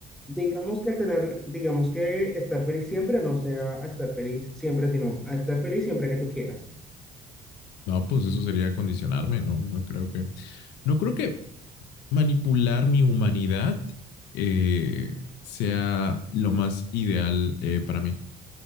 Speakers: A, in the centre; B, on the left.
A: digamos que tener, digamos que estar feliz siempre no sea a estar feliz siempre, sino a estar feliz siempre que tú quieras.
B: No, pues eso sería condicionarme, ¿no? No creo que, no creo que manipular mi humanidad eh, sea lo más ideal eh, para mí.